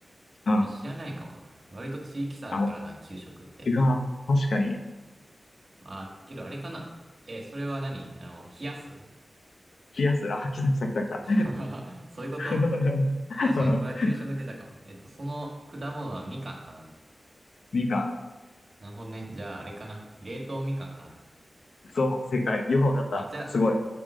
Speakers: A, on the left; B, on the right.
A: うん。
B: 俺知らないかもな。割と地域差あるからな、
A: あ、お
B: 給食って。
A: うわ、確かに。
B: まあ、けどあれかな。え、それは何あの、冷やす
A: 冷やす。あ、来た来た来た来た。
B: <laughs> そういうこと
A: <laughs>
B: 確かにこれは給食に出たかも。えっと、その果物はみかんかな。
A: みかん。
B: なるほどね。じゃああれかな。冷凍みかんか。
A: そう、正解。よくわかった。
B: めっちゃ、
A: すごい。